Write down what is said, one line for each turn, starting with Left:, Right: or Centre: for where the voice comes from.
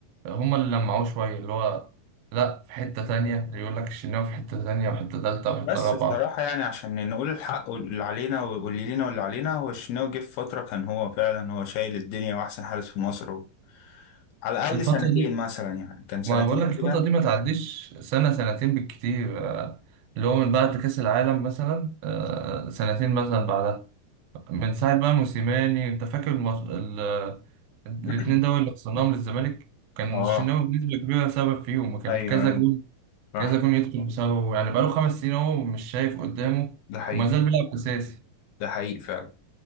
Right: هما اللي لمعوه شوية اللي هو لأ في حتة تانية اللي يقول لك الشناوي في حتة تانية وحتة تالتة وحتة
Left: بس
Right: رابعة
Left: الصراحه يعني عشان نقول الحق واللي علينا واللي لينا واللي علينا هو الشناوي جه في فتره كان هو فعلا هو شايل الدنيا واحسن حارس في مصر و... على الاقل
Right: الفترة
Left: سنتين
Right: دي
Left: مثلا يعني كان سنتين
Right: ما بقول لك الفترة
Left: كده
Right: دي ما تعديش سنة سنتين بالكتير آه، اللي هو من بعد كأس العالم مثلا آه، سنتين مثلا بعدها من ساعة بقى موسيماني انت فاكر المص... ال... الاتنين
Left: <clears throat>
Right: دول اللي خسرناهم للزمالك كان
Left: اه
Right: الشناوي بنسبة كبيرة سبب فيهم وكان
Left: ايوه
Right: كذا
Left: ايوه
Right: جول
Left: صح
Right: كذا جول يدخل بسببه يعني بقاله خمس سنين اهو مش شايف قدامه
Left: ده حقيقي
Right: وما زال بيلعب أساسي
Left: ده حقيقي فعلا